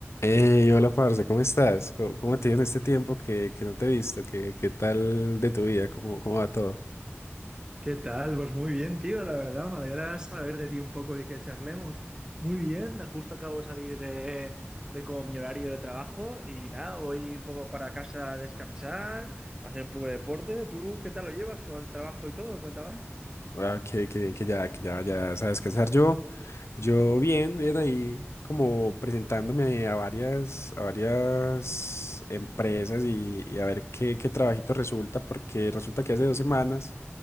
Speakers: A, on the left; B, on the right.
A: Hey, hola, parce, ¿cómo estás? ¿Cómo, cómo te ha ido en este tiempo que, que no te he visto? ¿Qué, qué tal de tu vida? ¿Cómo, cómo va todo?
B: ¿Qué tal? Pues muy bien, tío, la verdad, me alegra saber de ti un poco y que charlemos. Muy bien, justo acabo de salir de, de como mi horario de trabajo y nada, voy un poco para casa a descansar, a hacer un poco de deporte. ¿Tú qué tal lo llevas con el trabajo y todo? Cuéntame.
A: Ah, qué, qué bien que ya, que ya, ya sabes descansar. Yo, yo bien, bien ahí como presentándome a varias, a varias empresas y, y a ver qué, qué trabajito resulta, porque resulta que hace dos semanas